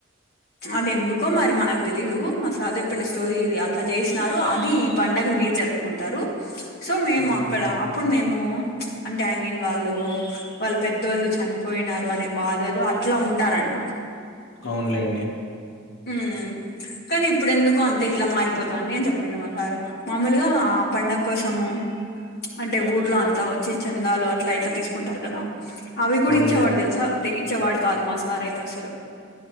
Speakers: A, on the left (about 50°); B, on the left (about 75°).
A: అది ఎందుకో మరి మనకు తెలీదు మా సార్ చెప్పిండు స్టోరీ ఇది అట్ల చేసినారు అది ఈ పండుగ మీర్జార్. కుంటారు సో మేము
B: మ్మ్.
A: అక్కడ అప్పుడు మేము అంటే ఐ మీన్ వాళ్ళు. వాళ్ళు పెద్దోళ్ళు చనిపోయినారు అనే బాధలో అట్ల ఉంటారంట.
B: అవున్లేండి.
A: ఉ కని ఇప్పుడెన్దుకో అంత ఇట్లా మారిపోతుంది అని చెప్పిండు మ సారు. మామూలుగా ఆ పండగ కోసము అంటే ఊర్లో అంతా వచ్చి చందాలు అట్లా ఇట్లా తీసుకుంటారు కదా. అవి కూడా
B: అవునులేండి
A: ఇచ్చేవాడు తెలుసా ఇచ్చేవాడు కాదు మా సార్ అయితే అసలు.